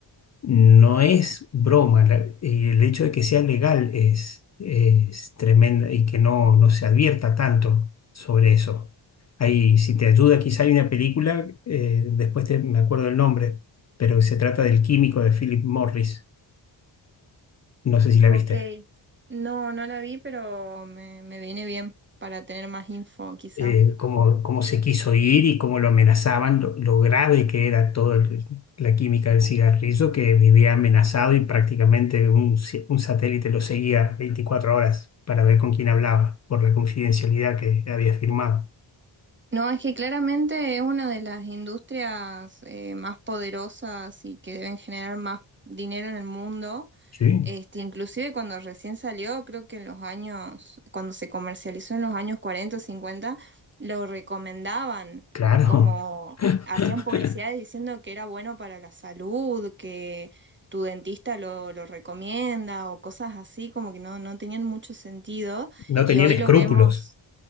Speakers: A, on the left; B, on the right.
A: no es broma. La- eh, el hecho de que sea legal es, es tremendo y que no, no se advierta tanto sobre eso. Ahí, si te ayuda, quizá hay una película, eh, después te- me acuerdo del nombre, pero se trata del químico de Philip Morris no sé si la
B: Ok.
A: viste.
B: No, no la vi, pero me, me viene bien para tener más info, quizá.
A: Eh, cómo, cómo se quiso ir y cómo lo amenazaban, lo, lo grave que era toda la química del cigarrillo, que vivía amenazado y prácticamente un, ci- un satélite lo seguía 24 horas para ver con quién hablaba, por la confidencialidad que había firmado.
B: No, es que claramente es una de las industrias eh, más poderosas y que deben generar más dinero en el mundo.
A: Sí,
B: Este, inclusive cuando recién salió, creo que en los años, cuando se comercializó en los años 40, o 50, lo recomendaban
A: claro.
B: como
A: <laughs>
B: hacían publicidades diciendo que era bueno para la salud, que tu dentista lo, lo recomienda o cosas así, como que no, no tenían mucho sentido.
A: No
B: Y
A: tenían
B: hoy
A: escrúpulos,
B: lo vemos.